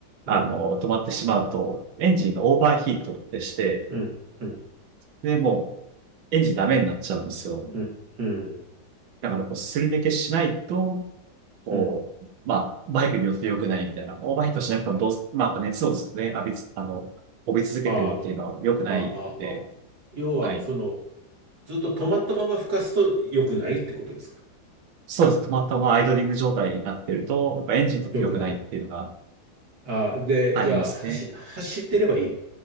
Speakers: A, on the right; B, on the right.
A: あの、
B: うん、
A: 止まってしまうと、エンジンがオーバーヒートってして、
B: うん。うん
A: で、もう、エンジンダメになっちゃうんですよ。
B: うん、うん、
A: だから、こう、すり抜けしないと、こう、
B: うん。
A: まあ、バイクによって良くないみたいな、オーバーヒートしなくてもどうす、まあ、あと熱をずっとね、浴びつ、あの、帯び続けてるっていうのは良くないんで、
B: ああ、ああ、あ要は、
A: はい。
B: その、ずっと止まったまま吹かすと良くないってことですか
A: そうですね。止まったままアイドリング状態になってると、やっぱエンジンにとって良くないっていうのが
B: 良くない。ああ、で、
A: ありますね。
B: じゃあ、走、走ってればいい。